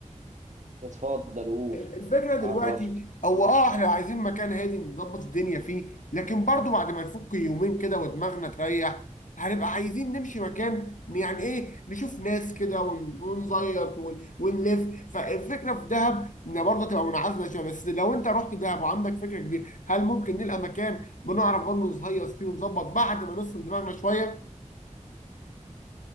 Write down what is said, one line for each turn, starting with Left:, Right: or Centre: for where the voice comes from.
Right: اتفضل قول
Left: ال- الفكره دلوقتي
Right: عرفني
Left: او اه احنا عايزين مكان هادي نظبط الدنيا فيه لكن برضو بعد ما نفك يومين كده ودماغنا تريح هنبقى عايزين نمشي مكان يعني ايه نشوف ناس كده ون- ونزيط ون- ونلف فالفكره في دهب ان برضه تبقى منعزله شويه بس لو انت رحت دهب وعندك فكره كبيره هل ممكن نلقى مكان بنعرف برضه نهيص فيه ونظبط بعد ما نفصل دماغنا شويه